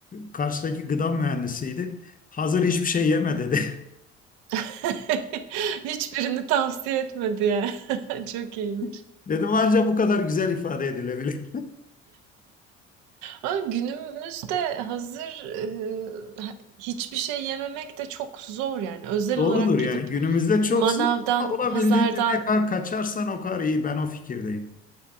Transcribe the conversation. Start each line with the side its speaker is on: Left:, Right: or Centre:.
Left: Karşıdaki gıda mühendisiydi. Hazır hiçbir şey yeme dedi.
Right: <laughs> Hiçbirini tavsiye etmedi ya. <laughs> Çok iyiymiş.
Left: <laughs> Dedim ancak bu kadar güzel ifade edilebilir.
Right: Ama günümüzde hazır e, ha- hiçbir şey yememek de çok zor yani.
Left: <laughs>
Right: Özel
Left: Doğrudur
Right: olarak
Left: yani
Right: gidip
Left: günümüzde çoksun
Right: manavdan,
Left: ama olabildiğince
Right: pazardan
Left: ne kadar kaçarsan o kadar iyi. Ben o fikirdeyim.